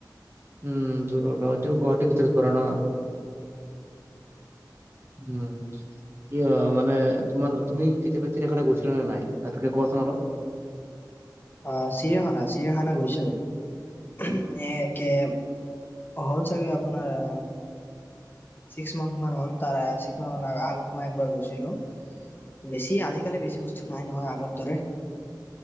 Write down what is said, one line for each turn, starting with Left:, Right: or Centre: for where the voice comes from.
Right: উম জুৰোদ অ এইটো গুৱাহাটীৰ ভিতৰত পৰে ন? উম কিয় মানে তোমাৰ তুমি কেতিয়াবা চিৰিয়ানা গৈছিলা নে নাই তাত তোকে গছ <unintelligible>
Left: অ, চিৰিয়াখানা চিৰিয়াখানা গৈছো এ। হ'ল চাগে আপোনাৰ আ ছিক্স মান হল তিক্স ম আগত মই একবাৰ গৈছিলো। বেছি আজিকালি বেছি বস্তু নাই নহয় আগৰ দৰে।